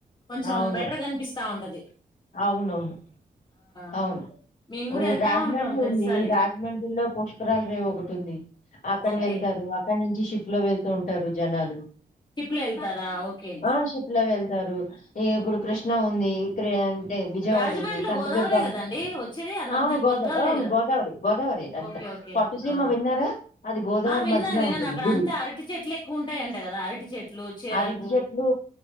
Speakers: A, on the left; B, on the left.
A: కొంచెం
B: అవును
A: బెటర్ కనిపిస్తా ఉంటది
B: అవునవును
A: ఆ
B: అవును
A: మేము కూడా వెళ్తా
B: రాజమండ్రి
A: ఉంటాం ప్రతిసారి
B: ఉంది రాజమండ్రిలో రై ే ఒకటి ఉంది అక్కడ
A: ఓకే
B: వెళ్తారు అక్కడ నుంచి షిప్ లో వెళ్తూ ంటారు జనాలు
A: షిప్లో వెల్తారా ఓకే
B: ఆ షిప్ లో వెళ్తారు ఈ ఇప్పుడు కృష్ణ ఉంది ఇక్కడ అంటే విజయవాడ
A: రాజమండ్రిలో
B: ఉంది కనకదుర్గమ్
A: గోదావరే కదండి వచ్చేది అదంతా
B: అవును గోదావరి
A: గోదావరే
B: అవును
A: కదా
B: గోదావరి గోదావరి అంట
A: ఓకే ఓకే
B: పట్టుసీమ
A: ఆ
B: విన్నారా అది గోదావరి
A: ఆ విన్నాను
B: మధ్యలో
A: విన్నాను
B: ఉంటుంది
A: అక్కడ
B: గుడి
A: అంతా అరటి చెట్లు ఎక్కువ ఉంటాయంట కదా అరటి చెట్లు చెరకు
B: అరిటి చెట్లు